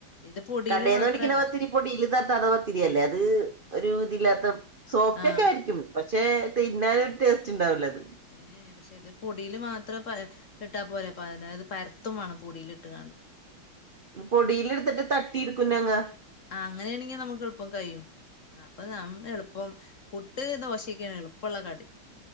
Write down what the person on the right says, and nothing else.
കടൽന്ന്
<unintelligible> ന്നത്തിരി പോടിഇലുതാത്ത പത്തിരില്ലേ അത് ഒരു ഇതില്ലാത്ത സോഫ്റ്റ്
ഒക്കെ ആയിരിക്കും പക്ഷേ തിന്നനൊരു ടേസ്റ്റ് ഉണ്ടാവല അത്
പൊടിൽ എടുത്തിട്ട് തട്ടി എടുക്കും ഞങ്ങൾ